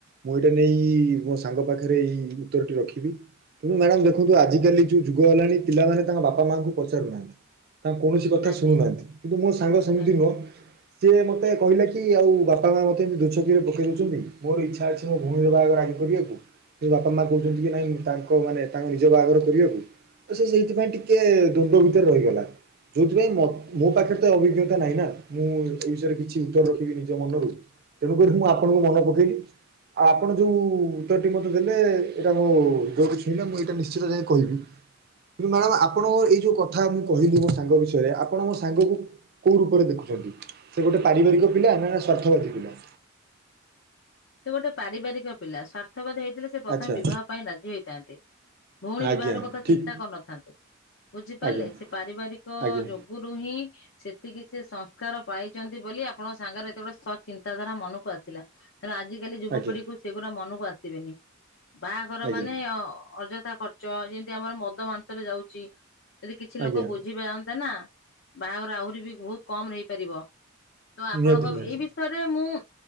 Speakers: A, on the right; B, on the left.
A: ମୁଁ ଏଇଟା ନେଇ ମୋ ସାଙ୍ଗ ପାଖରେ ଏଇ ଉତ୍ତରଟି ରଖିବି। କିନ୍ତୁ ମ୍ୟାଡ଼ାମ ଦେଖନ୍ତୁ ଆଜିକାଲି ଯୋଉ ଯୁଗ ହେଲାଣି ପିଲାମାନେ ତାଙ୍କ ବାପା, ମାଆଙ୍କୁ ପଚାରୁନାହାନ୍ତି। ତାଙ୍କ କୌଣସି କଥା
B: ଆଜ୍ଞା
A: ଶୁଣୁନାହାନ୍ତି କିନ୍ତୁ ମୋ ସାଙ୍ଗ ସେମିତି
B: ଆଜ୍ଞା।
A: ନୁହଁ। ସିଏ ମୋତେ କହିଲା କି ଆଉ ବାପା, ମା ମୋତେ ଦୋଛକିରେ ପକେଇ ଦେଉଛନ୍ତି ମୋର ଇଚ୍ଛା ଅଛି ମୋ ଭଉଣୀ ର ବାହାଘର ଆଗେ କରିବାକୁ। କିନ୍ତୁ ବାପା ମା କହୁଛନ୍ତି କି ନାଇଁ ତାଙ୍କ ମାନେ ତାଙ୍କ ନିଜ ବାହାଘର କରିବାକୁ। ତ ସେ ସେଇଥିପାଇଁ ଟିକେ ଦ୍ଵନ୍ଦ ଭିତରେ ରହିଗଲା। ଯୋଉଥିପାଇଁ ମୋ-ମୋ ପାଖରେ ତ ଅଭିଜ୍ଞତା ନାହିଁ ନା। ମୁଁ ଏଇ ବିଷୟରେ କିଛି ଉତ୍ତର ରଖିବି ନିଜ ମନରୁ ତେଣୁ କହିଲି ମୁଁ ଆପଣଙ୍କୁ ମନ ପକେଇଲି। ଆ ଆପଣ ଯୋଉ ଉତ୍ତର ଟି ମୋତେ ଦେଲେ ଏଇଟା ମୋ ହୃଦୟ କୁ ଛୁଇଁଲା ମୁଁ ଏଇଟା ନିଶ୍ଚିତ ଯାଇ କହିବି। କିନ୍ତୁ ମ୍ୟାଡମ୍ ଆପଣଙ୍କ ଏଇ ଯୋଉ କଥା ମୁଁ କହିଲି ମୋ ସାଙ୍ଗ ବିଷୟରେ ଆପଣ ମୋ ସାଙ୍ଗକୁ କୋଉ ରୂପରେ ଦେଖୁଛନ୍ତି ସେ ଗୋଟେ ପାରିବାରିକ ପିଲା ନା ସ୍ୱାର୍ଥବାଦୀ ପିଲା।
B: ତୁ ଗୋଟେ ପାରିବାରିକ ପିଲା ସ୍ୱାର୍ଥବାଦୀ ହେଇଥିଲେ ସେ ପ୍ରଥମେ
A: ଆଚ୍ଛା
B: ବିବାହ ପାଇଁ ରାଜି ହେଇଥାନ୍ତେ ଭଉଣୀ
A: ଆଜ୍ଞା
B: ବିବାହର କଥା
A: ଠିକ୍
B: ଚିନ୍ତା କରିନଥାନ୍ତେ। ବୁଝିପାରିଲେ
A: ଆଜ୍ଞା
B: ସେ ପାରିବାରିକ
A: ଆଜ୍ଞା
B: ଯୋଗ ରୁ ହିଁ ସେତିକି ସେ ସଂସ୍କାର ପାଇଛନ୍ତି ବୋଲି ଆପଣଙ୍କ ସାଙ୍ଗର ଏତେ ବଡ ସତ୍ ଚିନ୍ତାଧାରା ମନକୁ ଆସିଲା। କାରଣ ଆଜିକାଲି ଯୁବପିଢିକୁ
A: ଆଜ୍ଞା
B: ସେଗୁରା ମନକୁ ଆସିବେନି ବାହାଘର
A: ଆଜ୍ଞା।
B: ମାନେ ଅ ଅଯଥା ଖ ଚ ଯେମିତି ଆମର ମଦ ମାଂସରେ ଯାଉଛି ଯଦି କିଛି
A: ଆଜ୍ଞା
B: ଲୋକ ବୁଝିପାରନ୍ତେ ନା ବାହାଘର ଆହୁରି ବି ବହୁତ କମ୍ ରେ ହେଇପାରିବ ତ ଆପଣଙ୍କ
A: ନିହାତି ନିହାତି
B: ଏଇ ବି ଷୟରେ ମୁଁ